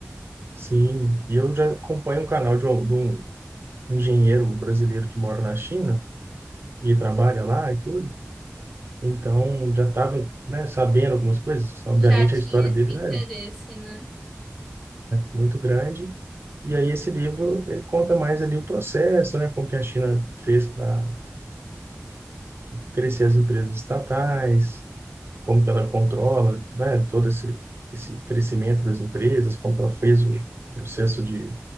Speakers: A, on the right (about 50°); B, in the centre.
A: Sim, e eu já acompanho um canal de um, de um engenheiro brasileiro que mora na China e trabalha lá e tudo. Então, já estava, né, sabendo algumas coisas. Obviamente,
B: já tinha
A: a história
B: esse
A: deles
B: interesse,
A: é
B: né? <laughs>
A: muito grande. E aí, esse livro, ele conta mais ali o processo, né, como que a China fez para crescer as empresas estatais, como que ela controla, né, todo esse, esse crescimento das empresas, como que ela fez o processo de